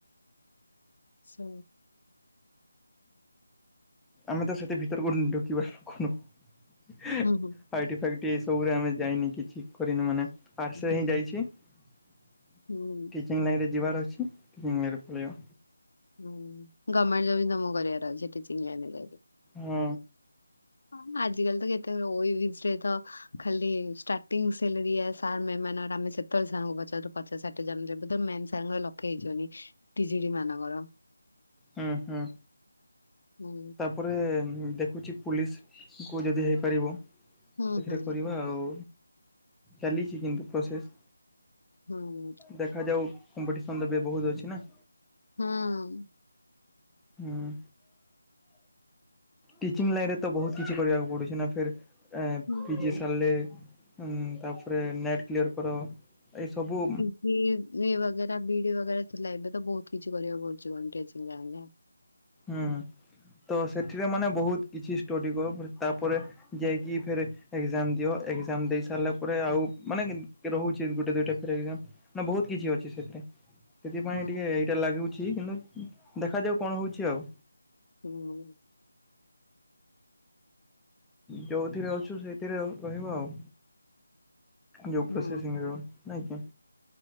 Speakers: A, on the left; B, in the centre.
A: ସ
B: ଆମେ ତ ସେତ ଭିତରକୁୁ ଢୁକିିବା କୁ ନୁହଁ
A: ହୁଁ ହୁଁ
B: ଫାଇ ଫଟି ଏ ସବୁରେ ଆମେ ଯାଇନି କିଛି କରିନୁ ମାନେ ଆର୍ସ
A: ହୁଁ
B: ହିଁ ଯାଇଛି ଠିକ
A: ହୁଁ
B: ଚିକିଙ୍ଗ ଲାଇରେ ଯିବାର ଅଛି ପଳେଇବ।
A: ହୁଁ ଗଭର୍ମେଣ୍ଟ ଜବ ତ ମୁଁ କରିବାର ଅଛି ଟିଚିଁ ଲାଇନ ରେ ଯାଇକି
B: ହଁ
A: ହ ଆଜି କାଲି ତ କେତେ ରହି ତ ଖାଲି ଷ୍ଟାର୍ଟିଂ ସଲେରି ସାର୍ ମାମ ମାନଙ୍କର ସେତେବେଳେ ସାର୍ ଙ୍କୁ ପଚରୁ ଆଛାଠ ଜ ତ ମେ ସାଙ୍ଗର ଲକ୍ଷେ ହେଇଯାଉନ ତିଜିଡି ମାନଙ୍କର
B: ହୁଁ ହୁଁ
A: ହୁଁ
B: ତାପରେ ତାରେ ଦେଖୁଛି ପୁଲିସକୁ ଯଦି ହେଇପାରିବ
A: ହୁଁ
B: ସେଥିରେ
A: ହୁଁ
B: କରିବା ଆଉ ଚାଲିଛି କିନ୍ତୁ ପ୍ରୋସେସ-
A: ହୁଁ
B: ଦେଖାଯାଉ କମ୍ପିଟିସନ ବି ବହୁତ ଅଛି ନା
A: ହଁ।
B: ହୁଁ, ଟିଚିଂ ଲାଇନ୍ ରେ ତ ବହୁତ କିଛି କରିବାକୁ ପଡୁଛି ନା, ଫେରେ ଏଁ,
A: ହୁଁ।
B: ପିଜେ ସାରଲେ ଉଁ, ତାପରେ ନେଟ୍ କ୍ଲିଅର୍ କର ଏଇସବୁ
A: <unintelligible> ଏ ବଗେରା ବିଡି ବଗେରା ଥିଲା ଏବେ ତ ବହୁତ କିଛି କରିବାକୁ ପଡୁଛି <unintelligible>
B: ହୁଁ, ତ ସେଥିରେ ମାନେ ବହୁତ କିଛି ଷ୍ଟୋଡି କ ପଡେ, ତାପରେ ଯାଇକି ଫେରେ ଏକ୍ଜାମ୍ ଦିଅ, ଏକ୍ଜାମ୍ ଦେଇ ସାରିଲା ପରେ ଆଉ ମାନେ କି- କେ- ରହୁଛି ଗୋଟେ ଦୁଇଟା ଫେରେ ଏକ୍ଜାମ୍। ନା ବହୁତ କିଛି ଅଛି ସେଥିରେ। ସେଥିପାଇଁ
A: ହୁଁ
B: ଟିକେ ଏଇଟା ଲାଗୁଛି, କିନ୍ତୁ ଦେଖାଯାଉ କଣ ହଉଛି ଆଉ।
A: <inaudible>
B: ଯୋଉଥିରେ ଅଛୁ ସେଇଥିରେ ରହିବ ଆଉ। ଯୋଉ
A: ହୁଁ
B: ପ୍ରୋସେସ୍ ମିଳିବ ନାଇଁ କି?